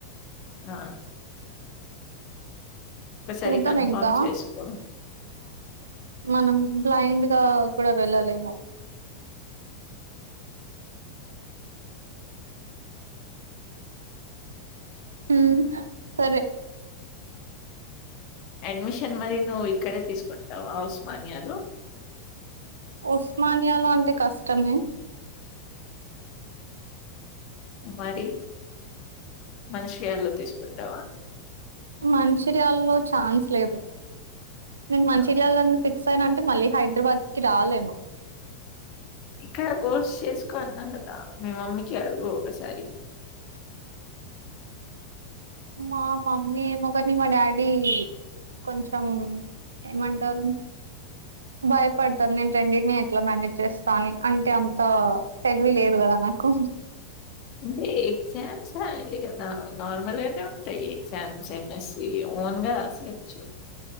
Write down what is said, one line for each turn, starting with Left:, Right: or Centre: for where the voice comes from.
Left: ఆ ఒకసారి
Right: చూద్దాం
Left: కన్ఫర్మ్
Right: ఇంకా
Left: చేసుకో
Right: మనం బ్లైండ్ కూడా వెళ్ళలేము ఉమ్ సరే
Left: అడ్మిషన్ మరి నువ్వు ఇక్కడే తీసుకుంటావా ఉస్మానియాలో
Right: ఉస్మానియాలో అంటే కష్టమే
Left: మరి మంచిర్యాలలో తీసుకుంటావా
Right: మంచిర్యాలో ఛాన్స్ లేదు నేను మంచిర్యాలని
Left: ఆ,
Right: పే అంటే మళ్ళీ హైదరాబాద్ కి రాలేను
Left: ఇక్కడ కోర్స్ చేసుకో అన్నా కదా మీ మమ్మీకి అడుగు ఒకసారి
Right: <inaudible> మా మమ్మీ ఏమోగానీ మా డాడీ కొంచెం ఏమంటారు భయపడతారు నేను రెండింటినీ ఎట్లా మేనేజ్ చేస్తా అని అంటే అంత తెలివి లేదు కదా నాకు
Left: అంటే శమ్సంగ్ అది కదా నార్మల్ గానే ఉంటాయి శామ్సంగ్ ఎస్సి ఓన్ గా రాసుడే అచ్చ